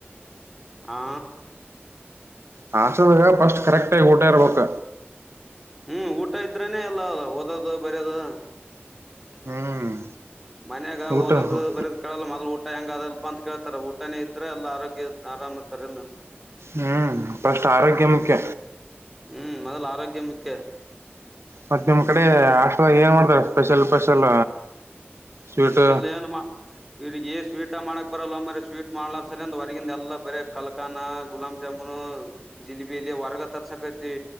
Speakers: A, in the centre; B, on the right.
A: ಹಾ
B: ಹಾಸ್ಟಲ್ದಾಗ ಫಸ್ಟ್ ಕರೆಕ್ಟ್ ಆಗಿ ಊಟ ಇರ್ಬೇಕ್
A: ಹ್ಮ್ ಊಟ ಇದ್ರನೆೇ ಎಲ್ಲ ಅಲ್ಲ ಓದದು ಬರದು
B: ಹ್ಮ್
A: ಮನ್ಯಾಗ
B: ಊಟ
A: ಓದದು ಬರಿಯದು ಕೇಳಲ್ಲ ಮೊದ್ಲು ಊಟ ಹೆಂಗ ಅದಲ್ಪ ಅಂತ ಕೇಳ್ತಾರೆ ಊಟನೇ ಇದ್ರೆ ಎಲ್ಲ ಆರೋಗ್ಯ ಅ ಆರಾಮ ಇರ್ತಾರೆ ಇಲ್ಲ
B: ಹ್ಮ್ ಫಸ್ಟ್ ಆರೋಗ್ಯ ಮುಖ್ಯ
A: ಹ್ಮ್ ಮೊದ್ಲು ಆರೋಗ್ಯ ಮುಖ್ಯ
B: ಮತ್ತ ನಿಮ್ ಕಡೆ
A: ಹ್ಮ್.
B: ಹಾಸ್ಟಲ್ದಾಗ ಏನು ಮಾಡ್ತಾರ ಸ್ಪೆಷಲ್ ಸ್ಪೆಷಲ್ ಸ್ವೀಟ್
A: ಸ್ಪೆಷಲ್ ಏನು ಮ ಇವಿಗೆ ಸ್ವೀಟ್ ಮಾಡಕ್ ಬರಲ್ಲ ಮ್ರ ಸ್ವೀಟ್ ಮಾಡ್ಲಾರ ಸರಿ ಅಂದ ಹೊರಗಿಂದ ಎಲ್ಲ ಬರ ಕಲ್ಕನ ಗುಲಾ ಗುಲಾಬ್ ಜಾಮೂನ್ ವರ್ಗ ತರ್ಸಕೈತಿ